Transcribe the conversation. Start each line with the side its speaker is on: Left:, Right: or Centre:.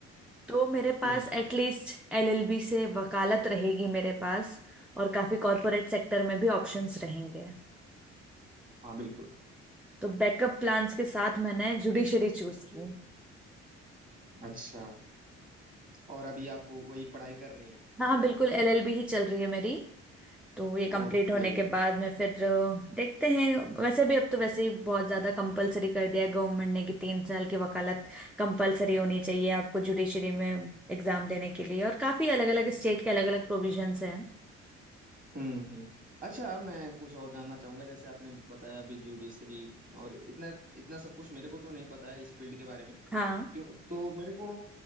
Centre: तो मेरे पास
Right: हम्म
Centre: एटलीस्ट एलएलबी से वकालत रहेगी मेरे पास और काफी कॉरपोरेट सेक्टर में भी ऑप्शंस रहेंगे
Right: हाँ बिल्कुल
Centre: तो बैकअप प्लान्स के साथ मैंने जुडिशरी चूज की
Right: अच्छा और अभी आप वही पढ़ाई कर रही हैं
Centre: हाँ
Right: मतलब
Centre: बिल्कुल एलएलबी ही चल रही है मेरी तो ये कंप्लीट
Right: ओके
Centre: होने के बाद में फिर अ, देखते हैं वैसे भी अब तो वैसे ही बहुत ज्यादा कंपलसरी कर दिया है गवर्नमेंट ने कि तीन साल की वकालत कंपलसरी होनी चाहिए आपको जुडिशरी में एग्जाम देने के लिए और काफी अलग अलग स्टेट के अलग अलग प्रोविजंस हैं
Right: हम्म हम्म अच्छा मैं कुछ और जानना चाहूंगा जैसे आपने बताया अभी ज्यूडिशरी और इतना इतना सब कुछ मेरे को तो नहीं पता है इस फील्ड के बारे में
Centre: हाँ
Right: क्यों तो मेरे को